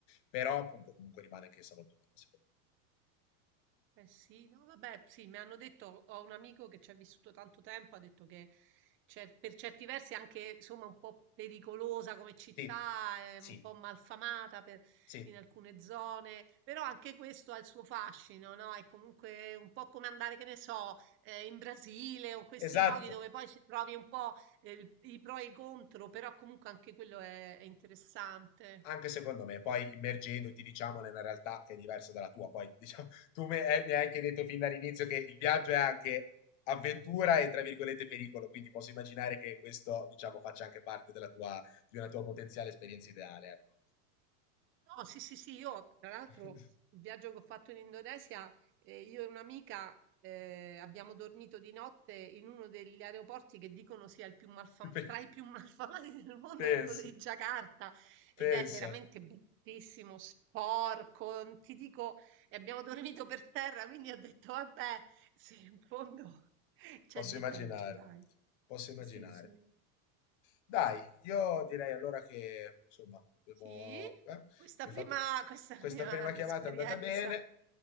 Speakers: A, on the left; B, on the right.
A: però appunto comunque rimane anchessa molto bella secondo me.
B: Eh sì, no, vabbè, sì, mi hanno detto, ho un amico che ci ha vissuto tanto tempo, ha detto che cer- per certi versi è anche, insomma, un po' pericolosa come città,
A: Sì,
B: è
A: sì,
B: un po' malfamata per-
A: sì.
B: in alcune zone, però anche questo ha il suo fascino, no? È comunque un po' come andare, che ne so, eh, in Brasile o questi
A: Esatto,
B: luoghi dove poi ci trovi un po' eh, il- i pro e i contro, però comunque anche quello è è interessante.
A: anche secondo me, poi immergendoti, diciamo, nella realtà che è diversa dalla tua, poi <laughs> diciamo, tu me- eh, mi hai anche detto fin dall'inizio che il viaggio è anche avventura e, tra virgolette, pericolo, quindi posso immaginare che questo, diciamo, faccia anche parte della tua, di una tua potenziale esperienza ideale, ecco.
B: No, sì, sì, sì, io tra l'altro
A: <laughs>
B: il viaggio che ho fatto in Indonesia, eh, io e un'amica eh, abbiamo dormito di notte in uno degli aeroporti che dicono sia il più malfam-
A: Più pe-
B: tra i più <laughs> malfamati del mondo,
A: Pensa,
B: che è quello di Giacarta, ed
A: pensa,
B: è veramente bruttissimo, sporco, non ti dico, e abbiamo dormito per terra, quindi ho detto, vabbè, se in fondo <laughs> c'è
A: posso
B: di
A: immaginare,
B: peggio, dai.
A: posso immaginare.
B: Sì, sì.
A: Dai, io direi allora che, insomma, abbiamo,
B: Sì,
A: eh, abbiamo
B: questa prima,
A: fatto
B: questa
A: questa
B: prima
A: prima chiamata
B: <laughs> esperienza.
A: è andata bene.